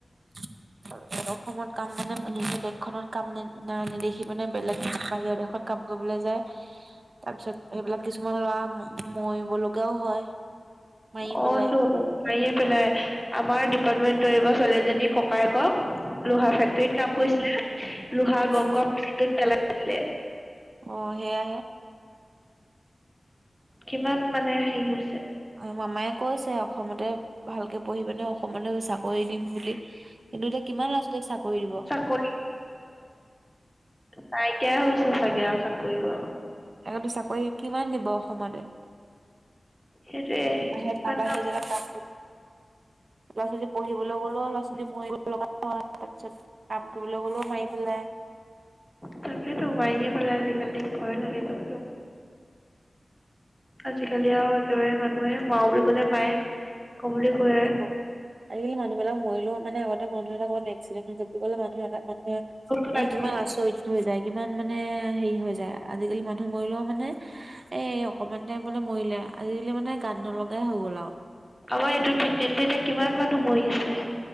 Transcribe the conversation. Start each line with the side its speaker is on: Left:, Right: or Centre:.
Right: <inaudible> অসমত কাম মানে নিজৰ দেশখনত কাম নেদেখি মানে বেলেগ বাহিৰৰ দেশত কাম কৰিবলৈ যায়, তাৰপিছত সেইবিলাক কিছুমান ল'ৰা ম-মৰিব লগাও হয়। মাৰি
Centre: অ'তো।
Right: পেলাই।
Centre: মাৰিয়ে পেলাই। আমাৰ ডিপাৰ্টমেন্ট এইবাৰ ছোৱালীজনীৰ ককায়েকক লোহা ফেক জুইত কাম কৰিছিলে, লোহা গৰম
Right: অ',
Centre: গৰম <unintelligible> পেলাই দিলে।
Right: অ' সেয়াহে।
Centre: কিমান মানে হেৰি হৈছে।
Right: আৰু মামাই কৈছে অসমতে ভালকে পঢ়ি পিনে অসমতে চাকৰি দিম বুলি। কিন্তু এতিয়া কিমান ল'ৰা ছোৱালীক চাকৰি দিব?
Centre: চাকৰি নাই কিয়া হৈছে চাগে চাকৰি আৰু।
Right: আগতে চাকৰি কিমান দিব অসমতে।
Centre: সেইটোয়ে
Right: বাহিৰত
Centre: ইমান
Right: তাৰ
Centre: কাম
Right: বাহিৰে <unintelligible> ল'ৰা ছোৱালী পঢ়িবলৈ গ'লো ল'ৰা ছোৱালী মৰিব লগা হয় তাৰপিছত। কাম কৰিব গ'লেও মাৰি পেলাই।
Centre: তাকেতো মাৰিয়ে পেলাই আজিকালি ভয় লাগে যাবলেও। আজিকালি আৰু একেবাৰে মানুহে মাৰো বুলি কলে মাৰে। কৰো বুলি
Right: আজিকালি
Centre: কয়
Right: ক আজিকালি মানুহবিলাক মৰিলেও মানে আগতে। <unintelligible> <unintelligible> কলে মানুহে এটা মানুহে
Centre: লাগে
Right: মানে কিমান আচৰিত। হৈ যায় কিমান মানে হেৰি হৈ যায়, আজিকালি মানুহ মৰিলেও মানে। এ অকমান টাইমতে বোলে মৰিলে আজিকালি মানে গান নলগাই হৈ গ'ল আৰু।
Centre: আমাৰ এইটো তিনিআলিত এতিয়া কিমান মানুহ মৰি আছে?